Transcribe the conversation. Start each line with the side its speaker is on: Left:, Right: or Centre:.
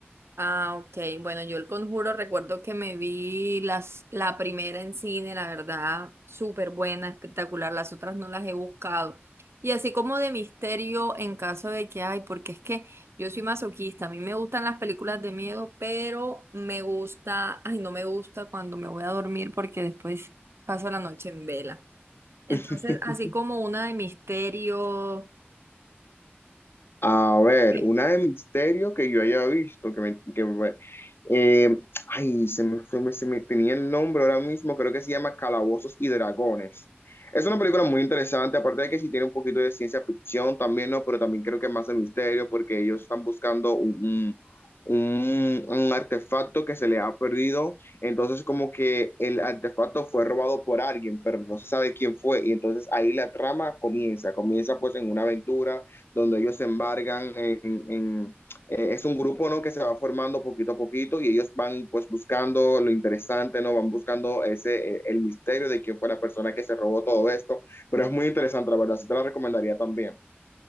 Right: Ah, ok. Bueno, yo el conjuro recuerdo que me vi las, la primera en cine, la verdad, súper buena, espectacular. Las otras no las he buscado. Y así como de misterio en caso de que hay, porque es que yo soy masoquista, a mí me gustan las películas de miedo, pero me gusta, ay, no me gusta cuando me voy a dormir porque después paso la noche en vela. Entonces,
Left: <laughs>
Right: así como una de misterio.
Left: A ver,
Right: Sí.
Left: una de misterio que yo haya visto, que me, que Eh, ay, se me, se me- se me tenía el nombre ahora mismo, creo que se llama Calabozos y Dragones. Es una película muy interesante, aparte de que sí tiene un poquito de ciencia ficción también, ¿no? Pero también creo que más de misterio, porque ellos están buscando un, un, un- un artefacto que se le ha perdido. Entonces, como que el artefacto fue robado por alguien, pero no se sabe quién fue. Y entonces ahí la trama comienza, comienza pues en una aventura donde ellos se embargan en, en eh, es un grupo, ¿no? Que se va formando poquito a poquito y ellos van pues buscando lo interesante, ¿no? Van buscando ese, eh, el misterio de quién fue la persona que se robó todo esto, pero es muy interesante, la verdad, sí te la recomendaría también.